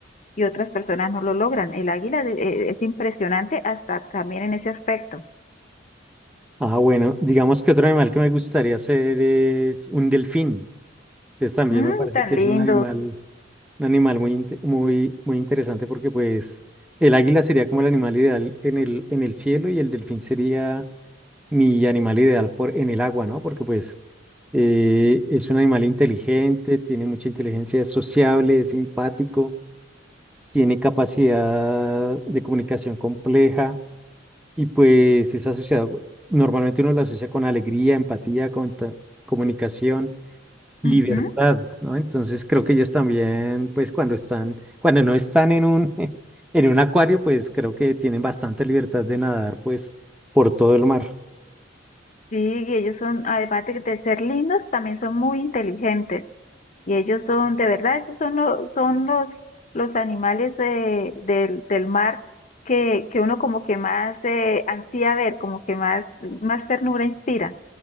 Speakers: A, on the left; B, in the centre.
A: y otras personas no lo logran. El águila de- eh, es impresionante hasta también en ese aspecto.
B: Ah, bueno, digamos que otro animal que me gustaría ser es un delfín, que también
A: Mm,
B: me parece
A: tan
B: que es
A: lindos.
B: un animal, un animal muy, inte- muy, muy interesante porque pues el águila sería como el animal ideal en el, en el cielo y el delfín sería mi animal ideal por, en el agua, ¿no? Porque pues eh, es un animal inteligente, tiene mucha inteligencia, es sociable, es simpático, tiene capacidad de comunicación compleja. Y pues es asociado, normalmente uno lo asocia con alegría, empatía, con ta- comunicación, libertad,
A: Ujú.
B: ¿no? Entonces creo que ellas también, pues cuando están, cuando no están en un, <laughs> en un acuario, pues creo que tienen bastante libertad de nadar, pues por todo el mar.
A: Sí, y ellos son, además de de ser lindos, también son muy inteligentes. Y ellos son, de verdad, esos son, lo- son los, los animales de- del, del mar que, que uno como que más eh, ansía ver, como que más, más ternura inspira.